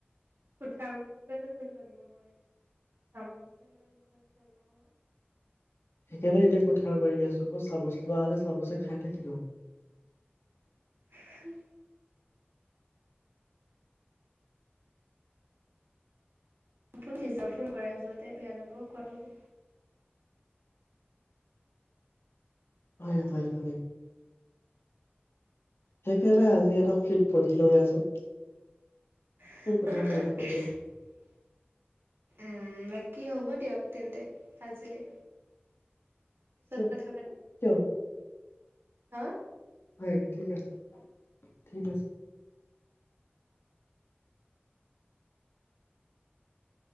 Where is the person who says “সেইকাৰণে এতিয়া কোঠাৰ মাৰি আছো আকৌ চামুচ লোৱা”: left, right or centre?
Left